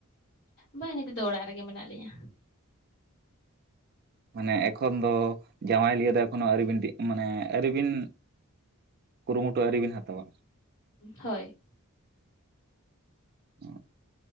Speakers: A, on the left; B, on the right.
A: ᱵᱟ ᱱᱤᱛᱚᱜ ᱫᱚ ᱚᱲᱟᱜ ᱨᱮᱜᱮ ᱢᱮᱱᱟᱜ ᱞᱤᱧᱟᱹ
B: ᱢᱟᱱᱮ ᱮᱠᱷᱚᱱ ᱫᱚ ᱡᱟᱶᱟᱭ ᱞᱤᱭᱟᱹ ᱫᱚ ᱮᱠᱷᱚᱱᱳ ᱟᱹᱣᱨᱤᱵᱤᱱ ᱫᱤ ᱢᱟᱱᱮ ᱟᱹᱣᱨᱤᱵᱤᱱ ᱠᱩᱨᱩᱢᱩᱴᱩ ᱟᱹᱣᱨᱤᱵᱤᱱ ᱦᱟᱛᱟᱣᱟ
A: ᱦᱳᱭ
B: ᱚ